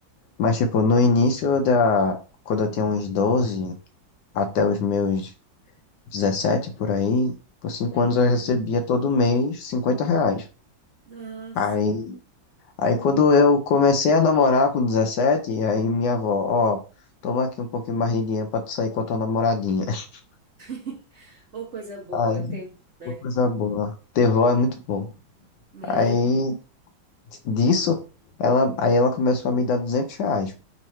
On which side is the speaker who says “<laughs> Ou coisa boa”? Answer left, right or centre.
Right